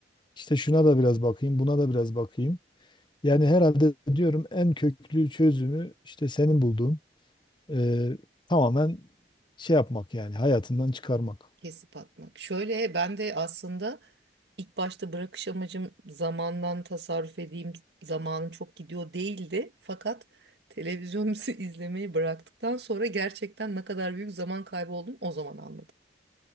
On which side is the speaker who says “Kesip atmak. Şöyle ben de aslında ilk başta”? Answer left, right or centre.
Right